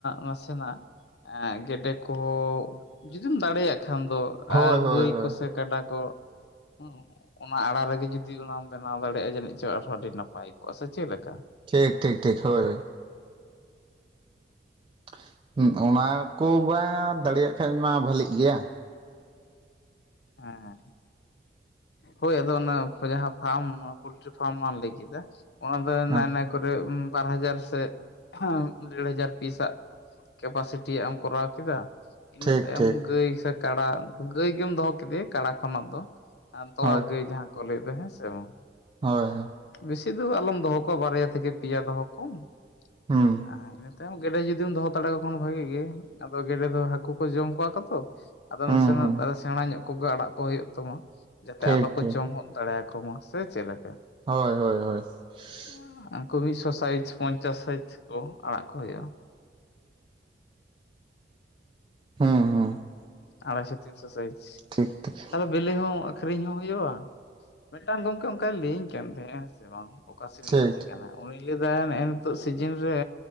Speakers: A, on the left; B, on the right.
A: ᱱᱟᱥᱮᱱᱟᱜ ᱮᱸᱻ ᱜᱮᱰᱮ ᱠᱚᱦᱚᱸ ᱡᱩᱫᱤᱢ ᱫᱟᱲᱮᱭᱟᱜ ᱠᱷᱟᱱ ᱫᱚ
B: ᱦᱳᱭ
A: ᱟᱨ
B: ᱦᱳᱭ
A: ᱜᱟᱹᱭ
B: ᱦᱳᱭ
A: ᱠᱚᱥᱮ ᱠᱟᱰᱟ ᱠᱚ ᱦᱮ ᱚᱱᱟ ᱟᱲᱟ ᱨᱮᱜᱮ ᱡᱩᱫᱤ ᱚᱱᱟᱢ ᱵᱮᱱᱟᱣ ᱫᱟᱲᱮᱭᱟᱜᱼᱟ ᱡᱟᱹᱱᱤᱡ ᱪᱚᱝ ᱟᱨᱦᱚᱸ ᱟᱹᱰᱤ ᱱᱟᱯᱟᱭ ᱠᱚᱜᱼᱟ ᱥᱮ ᱪᱮᱫ ᱞᱮᱠᱟ?
B: ᱴᱷᱤᱠ ᱴᱷᱤᱠ ᱴᱷᱤᱠ ᱦᱳᱭ ᱦᱳᱭ ᱾ <inaudible> ᱦᱩᱸ ᱚᱱᱟ ᱠᱚ ᱵᱟᱸ ᱫᱟᱲᱮᱭᱟᱜ ᱠᱷᱟᱱ ᱢᱟ ᱵᱷᱟᱞᱤᱜ ᱜᱮᱭᱟ ᱾
A: ᱦᱮᱸ ᱦᱮᱸ ᱾ ᱦᱳᱭ ᱟᱫᱚ ᱚᱱᱟ ᱡᱟᱦᱟᱸ ᱯᱷᱟᱨᱢ ᱯᱳᱚᱞᱴᱨᱤ ᱯᱷᱟᱨᱢ ᱞᱟᱝ ᱞᱟᱹᱭ ᱠᱮᱫᱟ ᱾ ᱚᱱᱟ ᱫᱚ
B: ᱦᱮᱸ
A: ᱱᱟᱭ ᱱᱟᱭ ᱠᱚᱨᱮ ᱵᱟᱨ ᱦᱟᱡᱟᱨ ᱥᱮ ᱰᱮᱲ ᱦᱟᱡᱟᱨ ᱯᱤᱥᱟᱜ ᱠᱮᱯᱟᱥᱤᱴᱤᱭᱟᱜ ᱮᱢ ᱠᱚᱨᱟᱣ ᱠᱮᱫᱟ ᱾ ᱤᱱᱟᱹ
B: ᱴᱷᱤᱠ
A: ᱛᱟᱭᱚᱢ
B: ᱴᱷᱤᱠ
A: ᱜᱟᱹᱭ ᱥᱮ ᱠᱟᱰᱟ ᱜᱟᱹᱭ ᱜᱮᱢ ᱫᱚᱦᱚ ᱠᱮᱫᱮᱭᱟ ᱠᱟᱰᱟ ᱠᱷᱚᱱᱟᱜ ᱫᱚ ᱟᱨ ᱛᱚᱣᱟ
B: ᱦᱳᱭ
A: ᱜᱟᱹᱭ ᱡᱟᱦᱟᱸ ᱠᱚ ᱞᱟᱹᱭ ᱮᱫ-ᱫᱚ ᱦᱮᱸ ᱥᱮ ᱵᱟᱝ ᱾
B: ᱦᱳᱭ ᱾
A: ᱵᱮᱥᱤ ᱫᱚ ᱟᱞᱚᱢ ᱫᱚᱦᱚ ᱠᱚᱣᱟ ᱵᱟᱨᱭᱟ ᱛᱷᱮᱠᱮ ᱯᱮᱭᱟ ᱫᱚᱦᱚ ᱠᱚᱣᱟᱢ ᱾
B: ᱦᱮᱸ ᱾
A: ᱦᱮᱸ ᱱᱚᱛᱮ ᱜᱮᱰᱮ ᱡᱩᱫᱤᱢ ᱫᱚᱦᱚ ᱫᱟᱲᱮ ᱟᱠᱚ ᱠᱷᱟᱱ ᱵᱷᱟᱜᱤ ᱜᱮ ᱾ ᱟᱫᱚ ᱜᱮᱰᱮ ᱫᱚ ᱦᱟᱹᱠᱩ ᱠᱚ ᱡᱚᱢ ᱠᱚᱣᱟ ᱠᱚᱛᱚ ᱟᱫᱚ
B: ᱦᱩᱸ
A: ᱱᱟᱥᱮᱱᱟᱜ
B: ᱦᱩᱸ
A: ᱟᱫᱚ ᱥᱮᱬᱟ ᱧᱚᱜ ᱠᱚᱜᱮ ᱟᱲᱟᱜ ᱠᱚ ᱦᱩᱭᱩᱜ ᱛᱟᱢᱟ ᱡᱟᱛᱮ
B: ᱴᱷᱤᱠ
A: ᱟᱞᱚ ᱠᱚ
B: ᱴᱷᱤᱠ
A: ᱡᱚᱢ ᱚᱜ ᱫᱟᱲᱮ ᱟᱠᱚ ᱢᱟ ᱥᱮ ᱪᱮᱫ ᱞᱮᱠᱟ?
B: ᱦᱳᱭ ᱦᱳᱭ ᱦᱳᱭ ᱾
A: <unintelligible> ᱢᱤᱫ ᱥᱚ ᱥᱟᱭᱤᱡ ᱯᱚᱧᱪᱟᱥ ᱥᱟᱭᱤᱡ ᱠᱚ ᱟᱲᱟᱜ ᱠᱚ ᱦᱳᱳᱜᱼᱟ ᱾
B: ᱦᱩᱸ ᱦᱩᱸ ᱾
A: ᱟᱲᱟᱭᱥᱚ ᱛᱤᱱᱥᱚ ᱥᱟᱹᱭᱤᱡ ᱾
B: ᱴᱷᱤᱠ ᱴᱷᱤᱠ ᱾
A: ᱟᱫᱚ ᱵᱤᱞᱤ ᱦᱚᱸ ᱟᱠᱷᱨᱤᱧ ᱦᱚᱸ ᱦᱩᱭᱩᱜᱼᱟ ᱾ <inaudible> ᱢᱤᱫᱴᱟᱝ ᱜᱚᱝᱠᱮ ᱚᱱᱠᱟᱭ ᱞᱟᱹᱭᱟᱹᱧ ᱠᱟᱱ ᱛᱟᱦᱮᱸᱫᱼᱟ ᱦᱮᱸᱥᱮ ᱵᱟᱝ ᱾ ᱚᱠᱟ <unintelligible>
B: ᱴᱷᱤᱠ
A: ᱮ ᱛᱟᱦᱮᱸ ᱠᱟᱱᱟ? ᱩᱱᱤ ᱞᱟᱹᱭ ᱮᱫᱟᱭ ᱱᱮᱜᱼᱮ ᱱᱤᱛᱚᱜ ᱥᱤᱡᱤᱱ ᱨᱮ